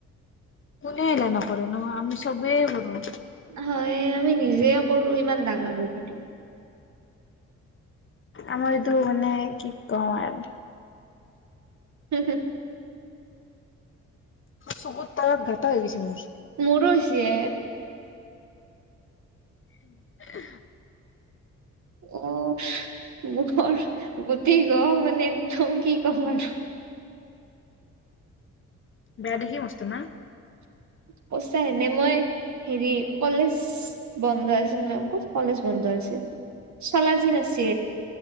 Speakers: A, on the left; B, on the right.
A: কোনে এলাহ নকৰে নো, আমি সবেই কৰো।
B: হয়, আমি নিজে কৰো, ইমান ডাঙৰ হৈ কিনে।
A: আমাৰ এইটো মানে কি কমন
B: হুম-হুম
A: চকুত তাৰত গাটা হৈ গৈছে মোৰ।
B: মোৰো হৈছে।
A: <unintelligible>
B: অ, মুখৰ গতি-গ্ৰহ মানে একদম কি কম আৰু
A: বেয়া দেখি মস্ত না
B: পইচা এনে লই হেৰি, কলেজ বন্ধ আছিল ন, কলেজ বন্ধ আছে, চালাজিন আছে,